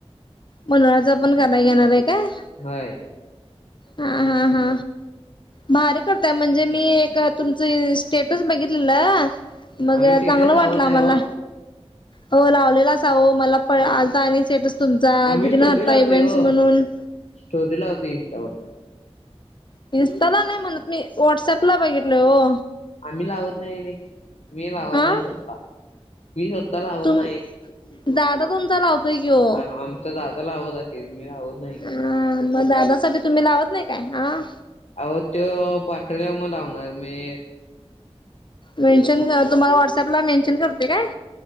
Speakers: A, on the left; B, on the left.
A: मंडळाचा पण गदा घेणारे काय?
B: होय?
A: हा हा हा भारी करतो. म्हणजे मी एक तुमचं स्टेटस बघितलेला. मग
B: आम्ही टेटस
A: चांगला
B: लावत
A: वाटला
B: नाही
A: आम्हाला.
B: हो
A: हो लावलेला असा हो, मला आलता आणि स्टेटस तुमचा
B: आम्ही
A: विघ्नहर्ता
B: स्टोरी लावते
A: इव्हेंट
B: हो
A: म्हणून.
B: स्टोरी लावतोय इन्स्टावर.
A: इन्स्टाला नाय म्हणत मी, व्हाट्सअप ला बघितलाय ओ
B: आम्ही लावत नाही आणि, मी लावत
A: हा
B: नाही स्वतः मी स्वतः लावत
A: तुम
B: नाही.
A: दादा तुमचा लावतोय की ओ
B: हा हा हा आमचा दादा लावत असेल, मी लावत नाही.
A: हा मग दादासाठी तुम्ही लावत नाही का? आ!
B: अहो तो पाठवल्यावर मग लावणार मी.
A: मेंशन तुम्हाला, व्हाट्सअप ला मेन्शन करते काय?